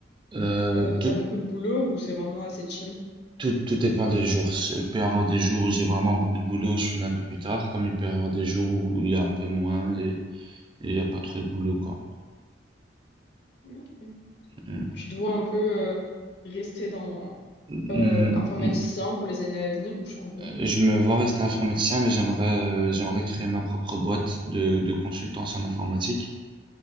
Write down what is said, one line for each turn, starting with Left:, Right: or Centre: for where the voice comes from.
Right: Euh,
Left: euh,
Right: tout,
Left: t'as beaucoup de boulot ou c'est vraiment assez chill?
Right: tout, tout dépend des jours. Il peut y avoir des jours où j'ai vraiment beaucoup de boulot, je finis un peu plus tard, comme il peut y avoir des jours où, où il y a un peu moins et et il n'y a pas trop de boulot, quoi.
Left: Ok.
Right: Mm.
Left: Tu dois un peu euh, rester dans
Right: Mm,
Left: euh, informaticien
Right: mm.
Left: pour les années à venir ou changer?
Right: Euh, Je me vois rester informaticien, mais j'aimerais euh, j'aimerais créer ma propre boîte de, de consultance en informatique.